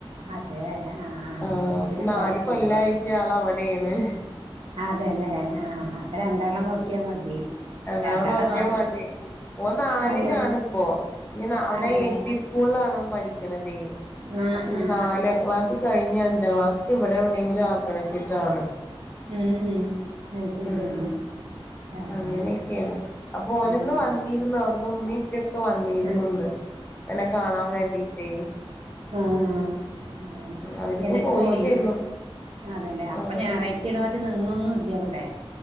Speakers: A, on the right; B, on the left.
A: അതെ ആ ആ
B: ആഹ്
A: അപ്പൊ
B: അപ്പ
A: പിന്നെ
B: നാല്
A: കൊഴപ്പമില്ല
B: കൊല്ലായിട്ട് ആൾ അവിടെയാണ്
A: അതെല്ലേ ആ അപ്പൊ രണ്ടെണ്ണം നോക്കിയാൽ മതി
B: രണ്ടാമെത്
A: രണ്ടാളെ
B: നോക്കിയാ
A: നോക്ക്
B: മതി ഓൻ നാലിലാണ്
A: അതെതെ
B: ഇപ്പോ ഇഞ്ഞ് നാ അയുടെ
A: അതെല്ലേ
B: എൽ പി സ്കൂളിലാണവൻ പഠിക്കണതേ
A: ആ
B: അപ്പൊനി
A: ആ
B: നാലാം ക്ലാസ് കഴിഞ്ഞ അഞ്ചാം ക്ലാസില് ഇവിടെയെവിടെയങ്കിലും ആക്കണമെന്ന് വെച്ചിട്ടാണ്
A: ഉം ഉം അത് ശരിയാണ്
B: ഉം
A: അങ്ങനൊക്കെ
B: അങ്ങനെയൊക്കെ ആണ് അപ്പ ഓനിന്ന്
A: ഉം
B: വന്നി രുന്നു അവ്ട്ന്ന് ഉമ്മിം ഉപ്പിം ഒക്കെ വന്നിരുന്നു
A: ആ
B: ഇന്ന് എന്നെ കാണാൻ വേണ്ടിട്ടെയ്
A: ആഹ് ആഹ്
B: അവരിപ്പോ
A: എന്നിട്ട്
B: പോയിട്ടേ
A: പോയി
B: ഉള്ളു
A: അതെല്ലേ അപ്പൊ
B: ആഹ്
A: ഞാറാഴ്ച്ച ച്ചീണം മാറ്റി നിന്നെയ് ഒന്നും ഇല്ല ഇവെടെ